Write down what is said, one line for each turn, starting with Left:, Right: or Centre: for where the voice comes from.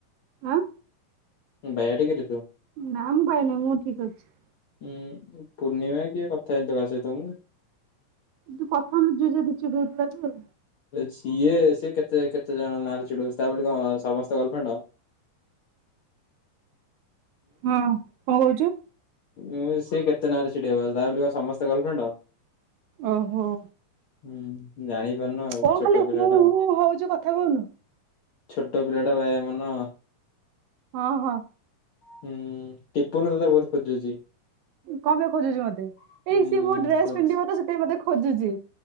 Right: ଆଁ
Left: ବାୟା ଟା କିରେ ତୁ?
Right: ନା ମୁଁ ବାୟାନୁହେ ମୁଁ ଠିକ୍ ଅଛି।
Left: ଉୁଁ ପୂର୍ଣ୍ଣିମା କିଏ କଥା ହେଇନି ତ କାହା ସହିତ ମୁଁ।
Right: ତୁ କଥା ହଉନୁ ଯିଏ ଯାହାକୁ <unintelligible>
Left: ସିଏ ସିଏ କେତେ କେତେ ଜଣଙ୍କ ନାଁରେ ଚିଡଉଚି ତା ବୋଲି କଣ ସମସ୍ତେ ଗାଲଫ୍ରେଣ୍ଡ
Right: ହଁ କଁଣ କହୁଚୁ?
Left: ଉଁ ସେ କେତେ ନାଁ ରେ ଚିଡେଇବ ତା ବୋଲି କଣ ସମସ୍ତେ ଗାଲଫ୍ରେଣ୍ଡ?
Right: ଓହୋ।
Left: ହୁଁ ଜାଣିପାରୁନୁ ଆଉ
Right: କଣ
Left: ଛୋଟ
Right: ଖାଲି
Left: ପିଲା
Right: ହୁଁ ହୁଁ
Left: ଟା ଆ
Right: ହଉଛୁ କଥା କହୁନୁ?
Left: ଛୋଟ ପିଲା ଟା ବାୟା ମନ
Right: ହଁ ହଁ।
Left: ହୁଁ ଟିପୁନୁ ତତେ ବହୁତ ଖୋଜୁଚି।
Right: କଁଣ ପେଇଁ ଖୋଜୁଚି ମୋତେ
Left: ହୁଁ
Right: ଏ ସିଏ ମୋ ଡ୍ରେସ
Left: ଖୋଜ୍
Right: ପିନ୍ଧିବ ତ ସେଥିପାଇଁ ମତେ ଖୋଜୁଚି